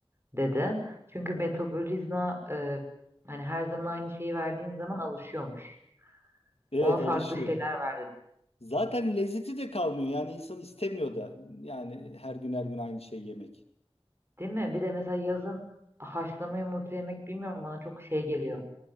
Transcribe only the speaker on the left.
Evet,
alışıyor.
Zaten lezzeti de kalmıyor. Yani insan istemiyor da. Yani her gün her gün aynı şeyi yemek.